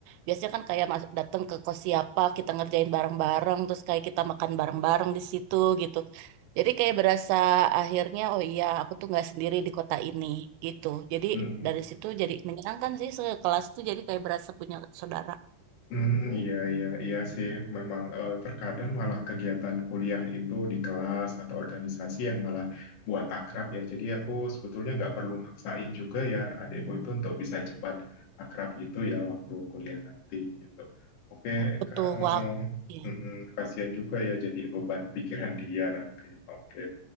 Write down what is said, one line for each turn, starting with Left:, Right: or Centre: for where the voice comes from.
Right: biasanya kan kayak mas- datang ke kos siapa kita ngerjain bareng-bareng terus kayak kita makan bareng-bareng di situ gitu jadi kayak berasa akhirnya oh iya aku tuh nggak sendiri di kota ini gitu jadi
Left: Hmm.
Right: dari situ jadi menyenangkan sih sekelas tuh jadi kayak berasa punya saudara
Left: Hmm, iya, iya, iya sih. Memang eh, terkadang malah kegiatan kuliah itu di kelas atau organisasi yang malah buat akrab ya. Jadi aku sebetulnya nggak perlu maksain juga ya adekku itu untuk bisa cepat akrab gitu ya waktu kuliah nanti gitu. Oke,
Right: butuh
Left: Kak, oh,
Right: waktu
Left: oh. Mm-mm, kasihan juga ya jadi beban pikiran dia nanti. Oke.